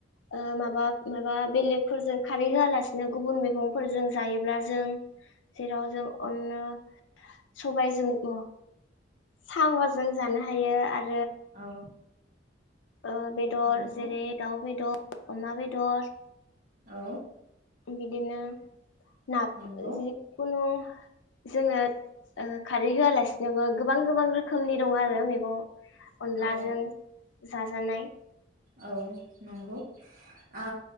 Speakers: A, on the left; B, on the right.
A: आ माबा माबा बेलेगफोरजों खारै होआलासिनो गुबुन मैगंफोरजों जायोब्ला जों जेराव जों अनो सबायजोंओ साम'जों जानो हायो आरो
B: औ
A: ओ बेदर
B: नंगौ
A: जेरै दाउ बेदर अमा बेदर
B: औ
A: बिदिनो नाफ
B: नंगौ
A: जिखुनु जोङो ओ खारै होआलासिनोबो गोबां गोबां रोखोमनि दं आरो मैगं अनलाजों
B: औ
A: जाजानाय
B: औ नंगौ आ